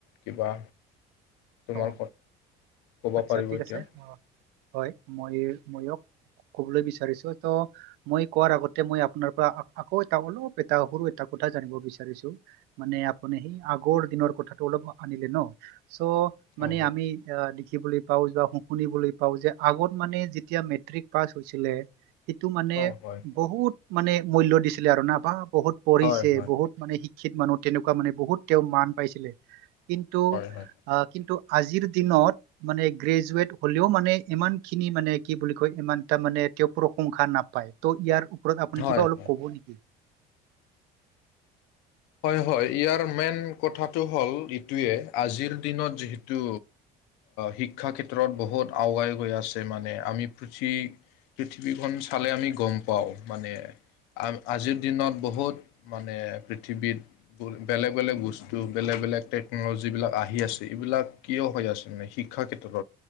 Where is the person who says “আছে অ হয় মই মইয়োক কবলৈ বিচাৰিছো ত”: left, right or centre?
Right